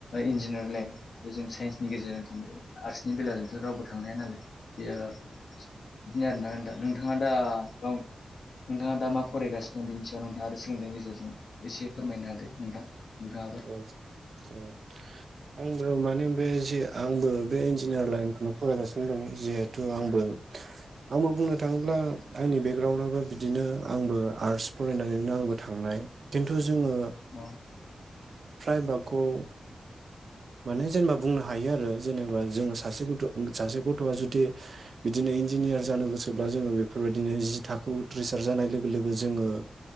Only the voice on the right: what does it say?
<inaudible> औ आंबो माने बे आंबो बे इन्जिनियार लाइनखौनो फरायगासिनो दं जिहेथु आंबो आंबो बुंनो थाङोब्ला आंनि बेकग्राउन्डआबो बिदिनो आंबो आर्ट्स फरायनानैनो आंबो थांनाय खिन्थु जोङो
फ्राय बाखौ माने जेनेबा बुंनो हायो आरो जेनेबा जोङो सासे गथ' सासे गथ'आ जुदि बिदिनो इन्जिनियार जानो गोसोब्ला जोङो बेफोरबायदिनो जि थाखो उथ्रिसार जानाय लोगो लोगो जोङो